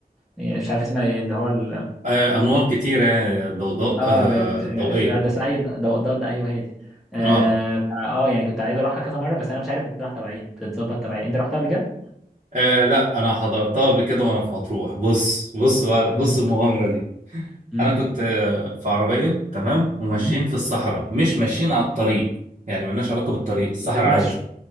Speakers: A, in the centre; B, on the right.
A: يعني مش عارف اسمها ايه اللي هو ال...
B: آه انوار كتير يعني ضوضاء
A: اه
B: آه
A: ب- مش...
B: ضوئيه
A: ده ده اي ضوضاء ايوه هي دي اه
B: اه
A: فا آه، يعني كنت عايز اروحها كذا مره بس انا مش عارف بتروح تبع ايه بتتظبط تبع ايه انت رحتها قبل كده؟
B: آه لا انا حضرتها قبل كده وانا في مطروح بص بص بقى- بص
A: مم.
B: المغامره دي
A: مم.
B: انا كنت آه، في عربيه تمام وماشيين
A: مم.
B: في الصحراء مش ماشيين على الطريق يعني ملناش علاقه بالطريق الصحراء
A: بتتمشوا
B: عادي